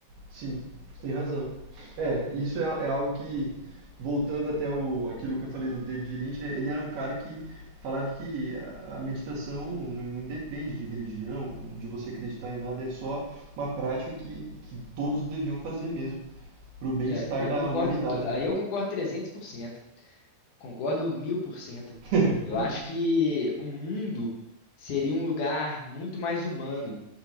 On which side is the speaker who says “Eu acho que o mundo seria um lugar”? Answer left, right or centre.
Left